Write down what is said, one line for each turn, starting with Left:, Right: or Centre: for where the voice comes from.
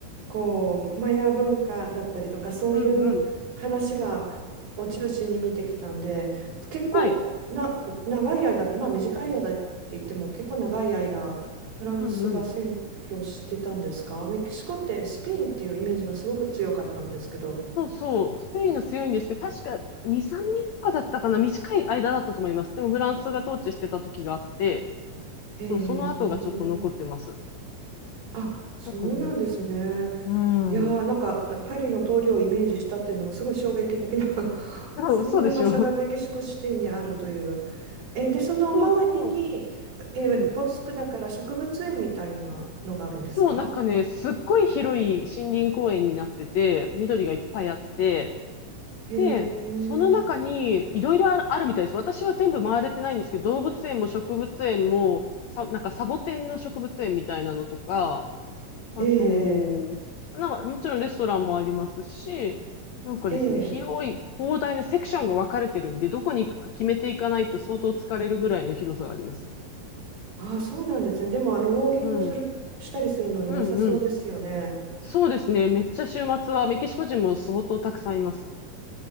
Right: こうマヤ文化だったりとかそういう話がを中心に見てきたんで結構な長い間まあ短い間って言っても結構長い間フランスが占拠してたんですかメキシコってスペインっていうイメージがすごく強かったんですけど
Left: うんうん。はい。うんうん。そうそう、スペインが強いんですけど、確か2、3年とかだったかな、短い間だったと思います。でもフランスが統治してた時があって、
Right: へえ
Left: そう、その後がちょっと残ってます。
Right: あ、そうなんですね。
Left: だからね、うん。
Right: いやー、なんかパリの通りをイメージしたっていうのもすごい衝撃的な <laughs>
Left: そうそうでしょ。
Right: そんな場所がメキシコシティにあるという。えーで、その周りに、
Left: そうそう。
Right: えーボスクだから植物園みたいなのがあるんですか
Left: うん。そう、なんかね、すっごい広い森林公園になってて、緑がいっぱいあって、
Right: へえ、
Left: で、その中にいろいろあるあるみたいです。私は全部回れてないんですけど、動物園も植物園も、さ、なんかサボテンの植物園みたいなのとか、あと、
Right: ええ、
Left: なんかもちろんレストランもありますし、なんかですね、
Right: ええ、え
Left: 広い広大なセクションが分かれてるんで、どこに行くか決めていかないと相当疲れるぐらいの広さがありますよ。
Right: あそうなんですね。でも、あの、ウォーキングする、
Left: うん。
Right: したりするのに良さそうですよね。
Left: うんうん。そうですね。めっちゃ週末はメキシコ人も相当たくさんいます。